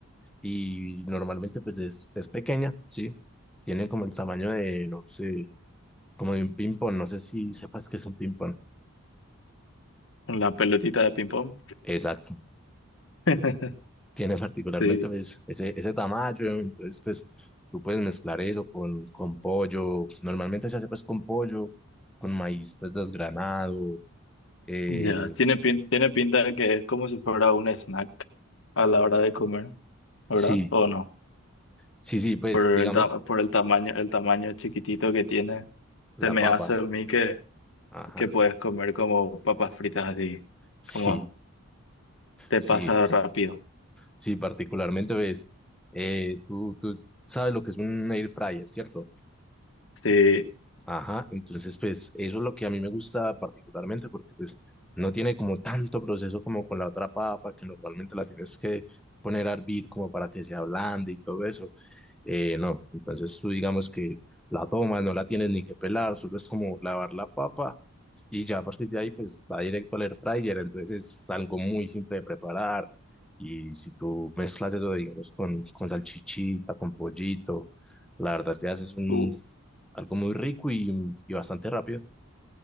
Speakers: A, in the centre; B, on the left (about 60°).
A: y normalmente pues es, es pequeña, sí. Tiene como el tamaño de, no sé, como de un ping-pong, no sé si sepas que es un ping-pong.
B: Con la pelotita de ping-pong.
A: Exacto.
B: <laughs>
A: tiene particularmente
B: Sí,
A: pues, ese, ese tamaño, entonces pues tú puedes mezclar eso con, con pollo, normalmente se hace pues con pollo, con maíz pues desgranado, eh,
B: ya. Tiene, pin- tiene pinta de que es como si fuera un snack a la hora de comer, ¿verdad?
A: sí,
B: ¿O no?
A: sí, sí, pues
B: Por el,
A: digamos
B: ta- por el tamaño, el tamaño chiquitito que tiene,
A: la
B: se me
A: papa,
B: hace a mí que,
A: ajá,
B: que puedes comer como papas fritas así,
A: sí,
B: como te
A: sí,
B: pasa rápido.
A: sí, particularmente pues eh, tú, tú sabes lo que es un air fryer, ¿cierto?
B: Sí,
A: Ajá, entonces pues eso es lo que a mí me gusta particularmente porque pues no tiene como tanto proceso como con la otra papa que normalmente la tienes que poner a hervir como para que se ablande y todo eso. Eh, no, entonces tú digamos que la tomas, no la tienes ni que pelar, solo es como lavar la papa y ya a partir de ahí pues va directo al air fryer, entonces es algo muy simple de preparar y si tú mezclas eso digamos con, con salchichita, con pollito, la verdad te haces un
B: uh,
A: algo muy rico y, y bastante rápido.